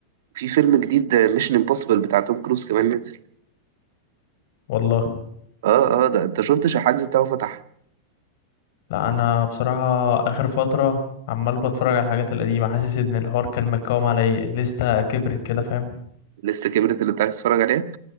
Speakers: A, on the right (about 70°); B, on the left (about 65°).
A: في فيلم جديد ميشن امبوسيبل بتاع توم كروز كمان نازل
B: والله
A: اه اه ده انت شفتش الحجز بتاعه فتح
B: لا انا بصراحه اخر فتره عمال بتفرج على الحاجات القديمه حاسس ان الحوار كان مكوم عليا الليسته كبرت كده فاهم
A: لسه كبرت اللي انت عايز تتفرج عليه